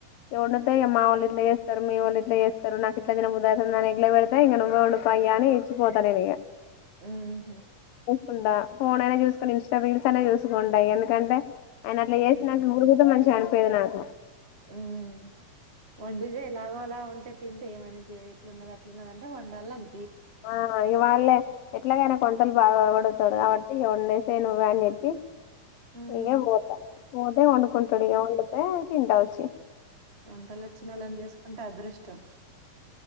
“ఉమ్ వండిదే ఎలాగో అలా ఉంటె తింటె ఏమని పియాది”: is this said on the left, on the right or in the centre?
Right